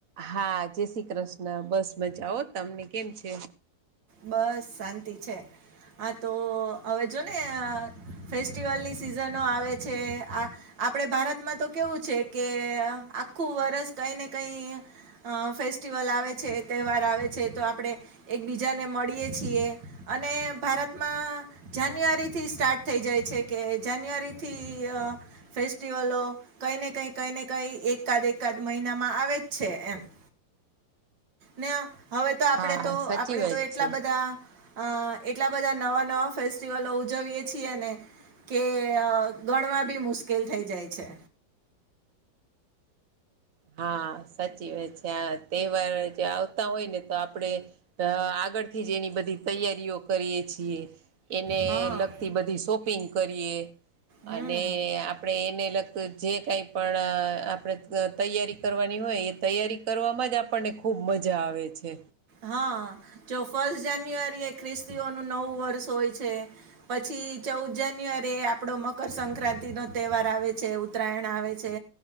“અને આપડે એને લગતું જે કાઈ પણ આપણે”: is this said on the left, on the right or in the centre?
Right